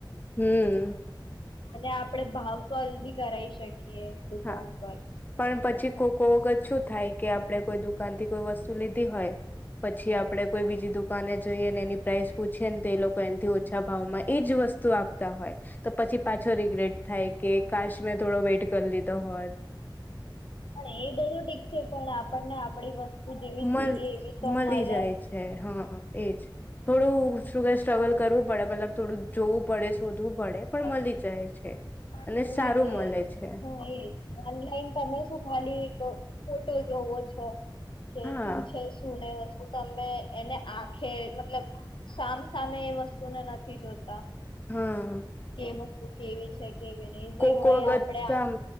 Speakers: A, on the left; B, on the left.
A: હમ
B: અને આપડે ભાવ કોલ ભી કરાવ શકીએ દુકાન
A: હા
B: પર
A: પણ પછી કો કો વગત શું થાય કે આપણે કોઈ દુકાન થી કોઈ વસ્તુ લીધી હોય પછી આપડે કોઈ બીજી દુકાને જઈએ ને એની પ્રાઇસ પૂછીએ ને તે એ લોકો એથી ઓછા ભાવમાં એજ વસ્તુ આપતા હોય તો પછી પાછો રિગ્રેટ થાય કે કાશ મેં થોડો વેઇટ કરી લીધો હોત
B: પણ એ બધું ઠીક છે પણ આપણને આપણી વસ્તુ જેવી
A: મલ
B: જોઈએ એવી તો
A: મળી
B: મળે
A: જાય છે હા એજ થોડું શું કઈ સ્ટ્રગલ કરવું પડે મતલબ થોડું જોવું પડે શું
B: શોધવું
A: બળે પણ
B: પડે
A: મળી જાય છે
B: પણ
A: અને
B: મળી
A: સારું
B: જાય
A: મળે છે
B: હા એજ ઓનલાઈન તમે શું ખાલી એક ફોટો જોવો છો
A: હા
B: સં છે સુન વસ્ તમે એને આખે મતલબ સામસામે એ વસ્તુને નથી જોતા
A: હા
B: કેમ શું કેવી છે કેવી નહી જે
A: કોક
B: હોય
A: વખત
B: આપડે આ
A: આમ